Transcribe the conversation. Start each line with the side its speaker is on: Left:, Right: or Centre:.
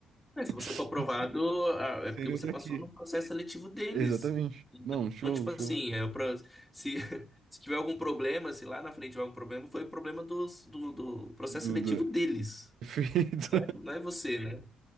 Centre: É, se
Right: <laughs>
Centre: você for aprovado, ah, é porque
Right: Sênior
Centre: você
Right: tá
Centre: passou
Right: aqui.
Centre: no processo seletivo deles.
Right: Exatamente. Não, show,
Centre: Então, tipo
Right: show.
Centre: assim, é pra, se, <laughs> se tiver algum problema, se lá na frente tiver algum problema, foi problema dos, do, do processo
Right: Duda.
Centre: seletivo deles.
Right: <laughs> Perfeito.
Centre: Não é você, né?